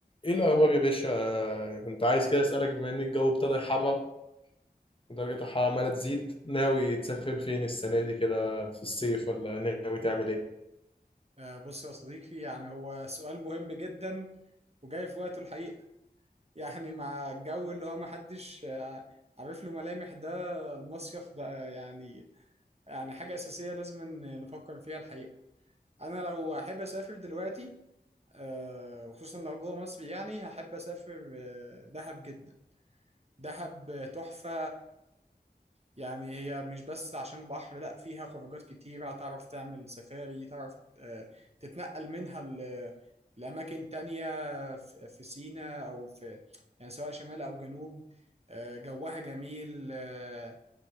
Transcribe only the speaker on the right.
آه، بص يا صديقي يعني هو سؤال مهم جدا وجاي في وقته الحقيقة <laughs> يعني مع الجو اللي هو محدش آه، عارف له ملامح ده المصيف بقى يعني يعني حاجة أساسية لازم إن نفكر فيها الحقيقة أنا لو أحب أسافر دلوقتي آه، وخصوصا لو جوه مصر يعني هحب أسافر آه، دهب جدا دهب تحفة يعني هي مش بس عشان بحر لا فيها خروجات كتيرة تعرف تعمل سفاري تعرف آه، تتنقل منها ل- لأماكن تانية في في سيناء أو في يعني سواء شمال أو جنوب آه، جوها جميل آه،